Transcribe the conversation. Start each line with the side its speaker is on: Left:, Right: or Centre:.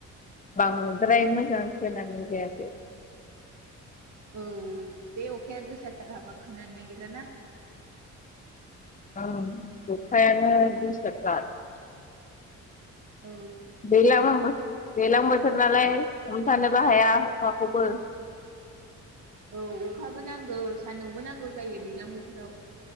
Left: बांद्राय मोजां खोनानाय जायाखै
Right: औ बे अखाया गोसाथार हाबा खोनानो नागिरा ना।
Left: ओं अखायानो दिसथाबथार।
Right: औ
Left: <unintelligible> दैलां बोथोर नालाय हमथानोबो हाया अखाखौबो।
Right: औ अखाबो नांगौ सान्दुंबो नांगौ जायो दैज्लां बोथोराव।